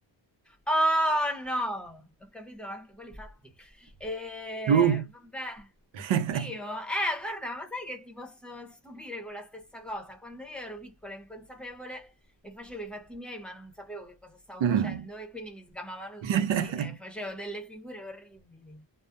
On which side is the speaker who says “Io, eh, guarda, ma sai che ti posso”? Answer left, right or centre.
Centre